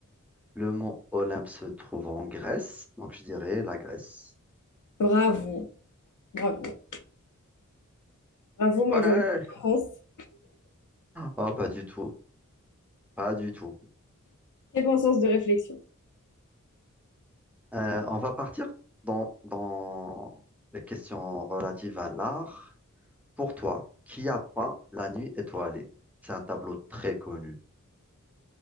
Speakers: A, in the centre; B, on the left (about 75°).
A: Le mont Olympe se trouve en Grèce, donc je dirais la Grèce.
B: Bravo, bravo, bravo, moi
A: Ouais.
B: j'aurais dit France.
A: Oh, pas du tout, pas du tout.
B: Très bon sens de réflexion.
A: Euh, on va partir dans, dans les questions relatives à l'art. Pour toi, qui a peint La Nuit étoilée? C'est un tableau très connu,